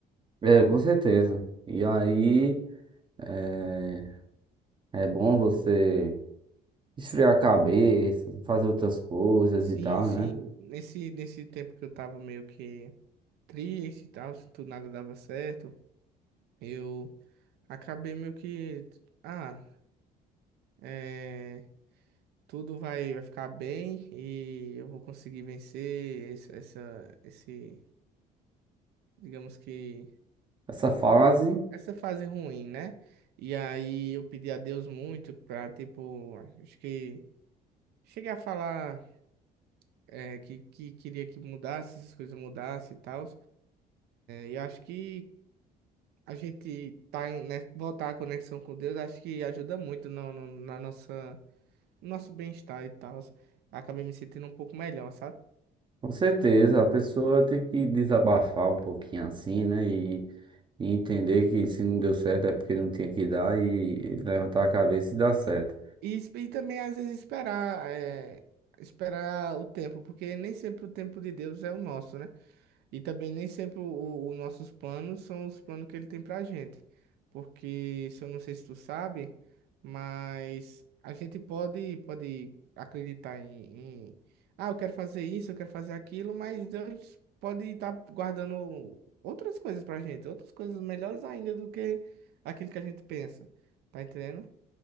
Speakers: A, on the right; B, on the right.
A: é com certeza. E aí, é, é bom você. esfriar a cabeça, fazer outras coisas
B: Sim,
A: e tal,
B: sim.
A: né?
B: Nesse, nesse tempo que eu tava meio que triste e tal, se tudo nada dava certo, eu acabei meio que. Ah, é, tudo vai, vai ficar bem e eu vou conseguir vencer essa, essa, esse, digamos que.
A: Essa fase,
B: essa fase ruim, né? E aí eu pedi a Deus muito pra, tipo, acho que cheguei a falar é, que, que queria que mudasse, essas coisas mudassem e tal. e acho que a gente tá, em- né, voltar a conexão com Deus, acho que ajuda muito no, no- na nossa, no nosso bem-estar e tal. Acabei me sentindo um pouco melhor, sabe?
A: com certeza, a pessoa tem que desabafar um pouquinho assim, né? E, e entender que se não deu certo é porque não tinha que dar e levantar a cabeça e dar certo.
B: E, esp- e também, às vezes, esperar, é, esperar o tempo, porque nem sempre o tempo de Deus é o nosso, né? E também nem sempre os nossos planos são os planos que ele tem pra gente. Porque, se eu não sei se tu sabe, mas a gente pode, pode acreditar em, em, Ah, eu quero fazer isso, eu quero fazer aquilo, mas Deus pode estar guardando outras coisas pra gente, outras coisas melhores ainda do que aquilo que a gente pensa. Tá entendendo?